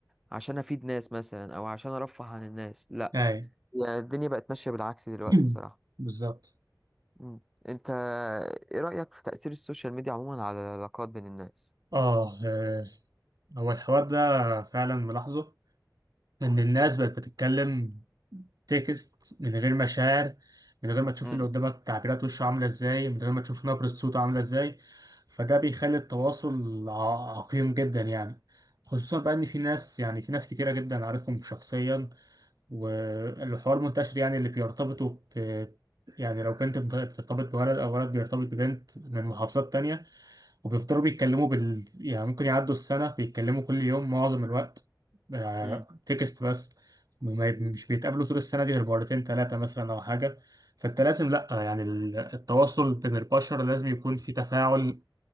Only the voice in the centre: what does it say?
عشان افيد ناس مثلا او عشان ارفه عن الناس لا
يعني الدنيا بقت ماشية بالعكس دلوقتي
الصراحة
مم. انت ايه رأيك في تأثير السوشيال ميديا عموما على العلاقات بين الناس
مم.
مم.